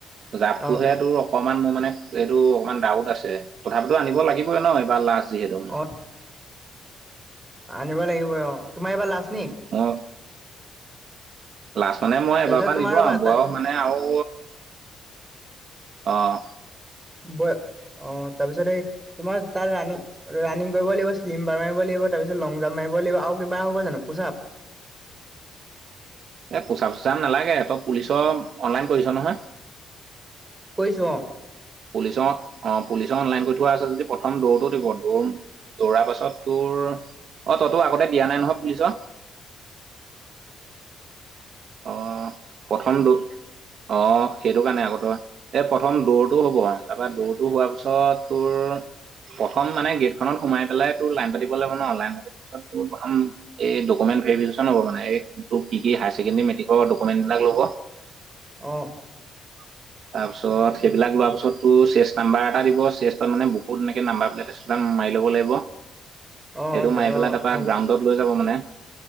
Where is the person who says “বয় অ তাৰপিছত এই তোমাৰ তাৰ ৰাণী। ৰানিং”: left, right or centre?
Right